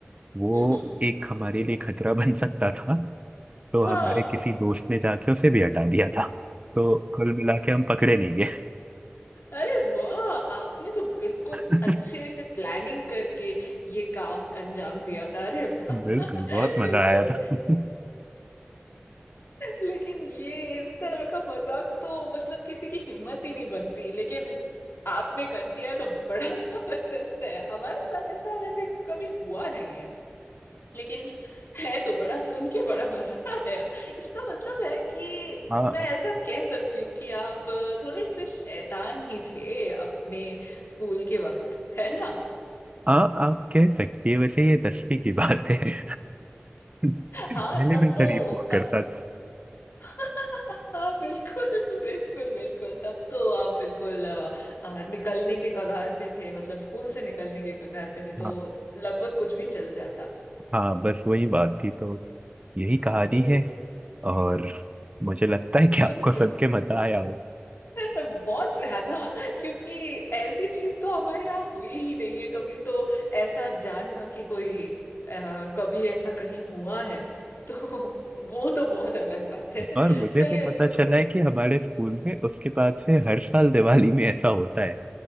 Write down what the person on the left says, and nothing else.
हम्म
हाँ
अरे वाह आपने तो बिल्कुल
अच्छे से प्लानिंग करके ये काम अंजाम दिया था अरे वाह
<laughs>
लेकिन
लेकिन ये इस तरह का मजाक तो मतलब किसी की हिम्मत ही नहीं बनती लेकिन आपने कर दिया है तो बड़ा <laughs> जबरदस्त है हमारे साथ ऐसा वैसे कभी हुआ नहीं है लेकिन है तो बड़ा सुन के बड़ा मजा आया इसका मतलब है कि
मैं ऐसा कह सकती हूँ कि आप थोड़े से शैतान ही थे अपने स्कूल के वक्त है ना
हाँ तब
तो
तब
तो
<laughs> हाँ बिल्कुल बिल्कुल बिल्कुल तब तो आप बिल्कुल अ, अ, निकलने के कगार पे थे मतलब स्कूल से निकलने के कगार पे थे तो
लगभग कुछ भी चल जाता
<laughs>
सुन
के
बड़ा
<laughs> बहुत ज्यादा क्योंकि ऐसी चीज तो हमारे यहाँ हुई ही नहीं है कभी तो ऐसा जानना कि कोई अ, कभी ऐसा कहीं हुआ है तो <laughs> वो तो बहुत अलग बात है
चलिए
सुन